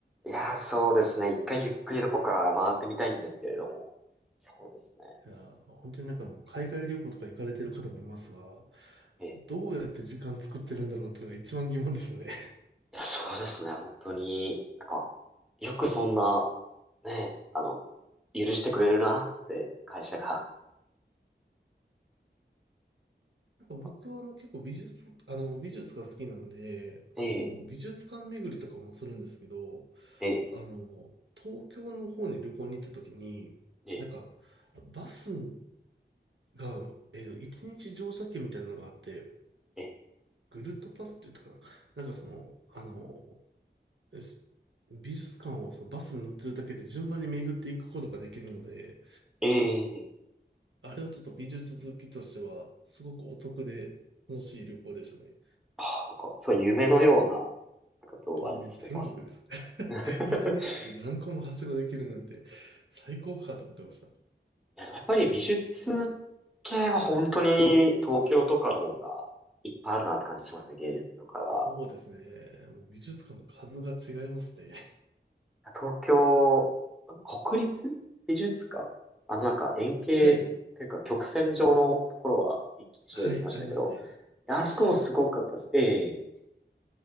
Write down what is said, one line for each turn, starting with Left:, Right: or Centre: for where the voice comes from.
Centre: いやー、そうですね。一回ゆっくりどこか回ってみたいんですけれども。そうですね。
Right: いやー、本当になんかあの、海外旅行とか行かれてる方もいますが、
Centre: ええ。
Right: どうやって時間作ってるんだろうっていうのが一番疑問ですね。
Centre: いや、そうですね、本当に、なんか、よくそんな、ね、あの、許してくれるなって、会社が。<laughs>
Right: 僕はあの結構美術、あの美術が好きなんで、その美術館巡りとかもするんですけど、
Centre: ええ、ええ、
Right: あの、東京の方に旅行に行った時に、
Centre: ええ、
Right: なんか、バスが、えっと、一日乗車券みたいなのがあって、
Centre: え
Right: ぐるっとパスって言ったかな。なんかその、あの、す美術館をそのバスに乗ってるだけで順番に巡っていくことができるので、
Centre: え、ええ、
Right: あれはちょっと美術好きとしては、すごくお得で楽しい旅行でしたね。
Centre: ああ、なんか、そう、夢のような、なんかどう、
Right: もう天国です。
Centre: あれですね、バス。
Right: <laughs>
Centre: <laughs>
Right: 一日で何個もはしごできるなんて最高かと思ってました。
Centre: いや、でもやっぱり美術系は本当に東京とかの方がいっぱいあるなって感じがしますね、芸術とかは。
Right: そうですね。もう美術館の数が違いますね。
Centre: 東京、国立美術館あのなんか円形というか曲線状のところは一度行きましたけど、
Right: <laughs> はい。はい。ありますね。
Centre: いやあそこもすごかったです。
Right: あ、そうなんですね。
Centre: ええ